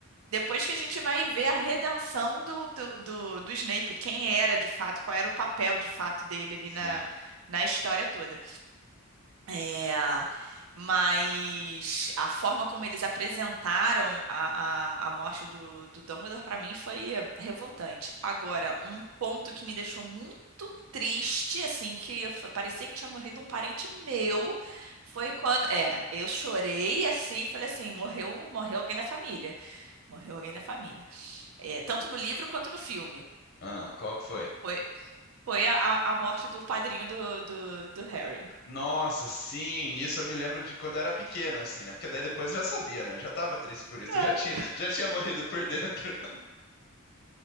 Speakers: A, on the right; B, on the left.
A: depois que a gente vai ver a redenção do, do, do, do Snape, quem era de fato, qual era o papel de fato dele ali
B: sim.
A: na, na história toda. É, mas a forma como eles apresentaram a, a, a morte do, do Dumbledore para mim foi revoltante. Agora, um ponto que me deixou muito triste, assim, que foi- parecia que tinha morrido um parente meu, foi quando, é, eu chorei assim, falei assim, morreu, morreu alguém da família, morreu alguém da família. É, tanto no livro quanto no filme.
B: Ah, qual que foi?
A: Foi, foi a, a a morte do padrinho do, do, do Harry.
B: Nossa, sim, isso eu me lembro de quando eu era pequeno, assim, né? Porque daí depois eu já sabia, né? Eu já tava triste por isso, eu
A: É,
B: já tinha, já tinha morrido por dentro.